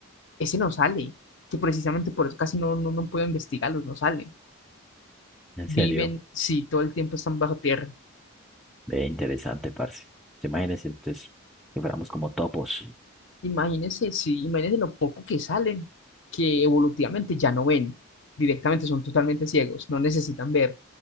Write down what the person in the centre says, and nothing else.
En
serio.
Ve, interesante, parce. ¿Se imagínense, entonces, que fuéramos como topos,